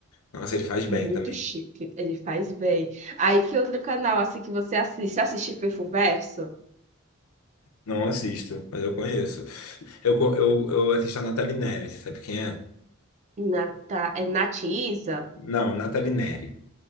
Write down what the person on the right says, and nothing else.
Muito
chique. Ele faz bem. Aí, que outro canal, assim, que você assiste? Você assiste Fifuverso?
Nata... É Natiza?